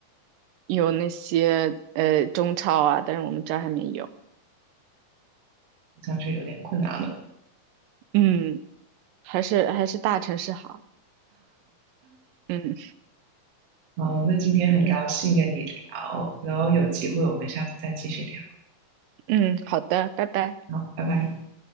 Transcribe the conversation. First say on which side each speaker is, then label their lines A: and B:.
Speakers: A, on the right; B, on the right.
A: 有那些呃中超啊，但是我们这儿还没有。
B: 好像就有点困难了。
A: 嗯。还是还是大城市好。嗯
B: 嗯，那今天很高兴跟你聊，
A: 嗯
B: 然后有机会我们下次再继续聊。
A: 嗯，好的，拜拜。
B: 好，拜拜。